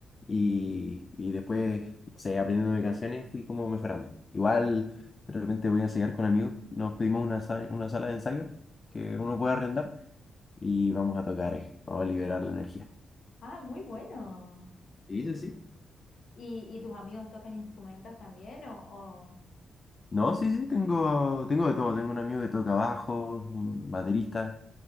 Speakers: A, on the left (about 40°); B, on the left (about 65°).
A: y, y después, no sé, aprendiendo mis canciones fui como mejorando. Igual de repente voy a ensayar con amigos, nos pedimos una, sa- una sala de ensayo que uno puede arrendar y vamos a tocar ahí, vamos a liberar la energía.
B: Ah, muy bueno.
A: Sí, sí, sí.
B: ¿Y, y tus amigos tocan instrumentos también o, o-
A: No, sí, sí, tengo, tengo de todo. Tengo un amigo que toca bajo, un baterista,